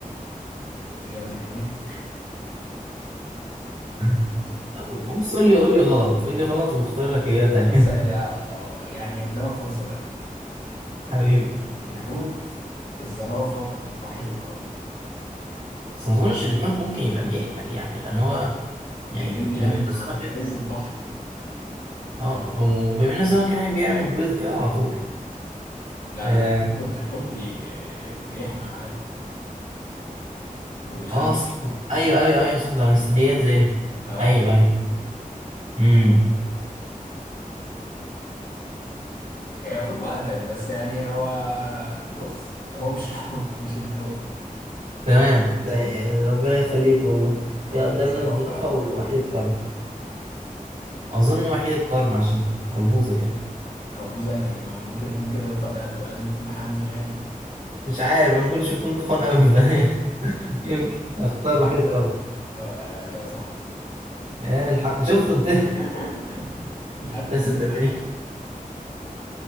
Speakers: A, on the left (about 80°); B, on the right (about 85°).
A: إجابة نهائية
B: <laughs> بص قول لي قول لي غلط قول لي غلط واختار لك اياه تانية
A: طب بص آه، يعني قدامك فرصة تانية
B: <laughs> حبيبي
A: الحوت الزرافة وحيد القرن
B: بس ما اظنش ان الحوت ممكن يبقى بيحمل يعني لان هو يعني
A: بيبيض الحوت
B: بما
A: يعني
B: ان
A: ما
B: السمك
A: هو في
B: كده
A: عز البحر
B: اه وبما ان السمك يعني بيعمل بيض كده على طول
A: لا
B: اه
A: لا الحوت الحوت بي بيحمل عادي وبيخلي
B: آه، صح ايوه ايوه ايوه صح ده من الثدييات زينا
A: اه
B: ايوه ايوه امم
A: يعني خد وقتك بس يعني هو بص هو مش الحوت <laughs> مش الحوت
B: تمام آه، ربنا يخليك والله
A: هو
B: دي قدامنا
A: الزرافة
B: الزرافه ووحيد
A: يا وحيد
B: القرن
A: القرن
B: اظن وحيد القرن عشان قلبوزه كده
A: قلبوز يعني ما ممكن يكون كده ده طبيعته هو لازم يكون حامل يعني
B: مش عارف انا كل شفتهم تخان قوي <laughs> يمكن اختار
A: عامة
B: وحيد القرن
A: هو آه، إجابة صح
B: يا الحق شفت انت
A: <laughs> الهبد
B: <laughs> بس
A: دي
B: صدقتني
A: معاك
B: <laughs>